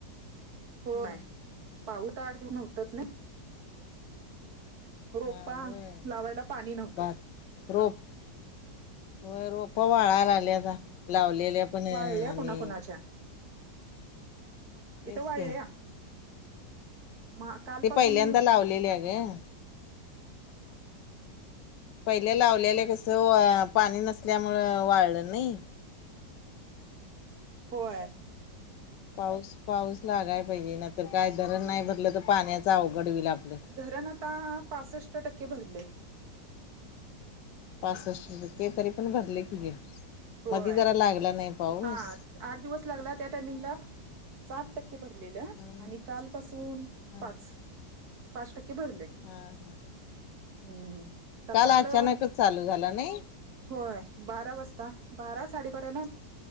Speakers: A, on the right (about 55°); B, on the left (about 75°).
A: होय
B: हम्म.
A: पाहत आठ दिऊन होतच नाही रोपा
B: हा होय
A: लावायला पाणी नव्हतं.
B: भात रोप व रोप पवाळाय ला आल्या आता लावलेल्या पण
A: वाळल्या
B: आणि
A: कोणाकोणाच्या
B: तेच
A: इथ वाल्या
B: की
A: मग काल
B: ते
A: पासून
B: पहिल्यांदा लावलेले आहे ग पहिल्या लावलेलं कसं पाणी नसल्यामुं वाळलं नई?
A: होय
B: पाऊस पाऊस लागाय पाहिजे नतर काय धरण नाही भरलं तर पाण्याचं अवघड होईल आपलं.
A: धरण आता पासष्ट टक्के भरलय.
B: पासष्ट टक्के तरी पण भरले कीे
A: होय
B: मध जरा लागला नाही पाऊस
A: हा आठ दिवस लागला त्या टायमिंगला साठ टक्के भरलेलं
B: हम्म
A: आणि कालपसून
B: हा
A: पाच पाच टक्के भरलय.
B: हा हा!
A: हम्म आता काल
B: अचानकच चालू झाला नाही
A: होय बारा वाजता बारा साडेबाराला